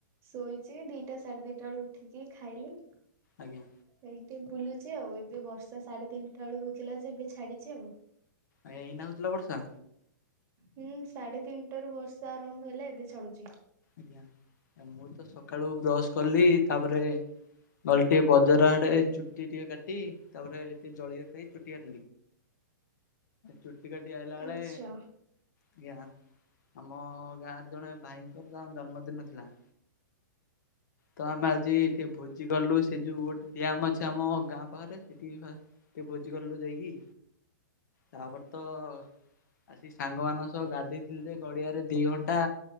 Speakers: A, on the right (about 25°); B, on the left (about 60°).
A: ଶୋଇଛି ଦିଟା ସାଢେ ଦିଟା ବେଳେ ଉଠିକି ଖାଇଲି।
B: ଆଜ୍ଞା।
A: ସେଇ ଟିକେ ବୁଲୁଛିେ ଆଉ ଏବେ ବର୍ଷା ସାଢେ ତିନିଟା ବେଳ ହଉଥିଲା ଯେ ଏବେ ଛାଡିଛି ଆଉ
B: ଅଇନା ହଉଥିଲା ବର୍ଷା।
A: ହୁଁ ସାଢେ ତିନିଟାରୁ ବର୍ଷା ଆରମ୍ଭ ହେଲା ଏବେ ଛାଡୁଛି।
B: ଆଜ୍ଞା ମୁଁ ତ ସକାଳୁ ବ୍ରଶ କଲି ତାପରେ ଗଲି ଟିକେ ବଜାର ଆଡେ ଚୁଟି ଟିକେ କାଟି ତାପରେ ଟିକେ ଜଳଖିଆ ଖାଇ ଚୁଟି କା ଚୁଟି କାଟିି ଆଇଲା ଆଳେ
A: ଆଚ୍ଛା
B: ଆଜ୍ଞା ଆମ ଗାଁରେ ଜଣେ ଭାଇଙ୍କର ଜନ୍ମଦିନ ଥିଲା। ତ ଆମେ ଆଜି ଟିକେ ଭୋଜି କଲୁ ସେ ଯୋଉ ଗୋଟେ ଡ୍ୟାମ ଅଛି ଆମ ଗାଁ ପାଖରେ ସେଠି ଟିକେ ଭୋଜି କଲୁ ଯାଇକି ତାପରେ ତ ଆସିକି ସାଙ୍ଗମାନାନଙ୍କ ସହ ଗାଧୋଇଥିଲେ ଯେ ଗଡିଆରେ ଦି ଘଣ୍ଟା।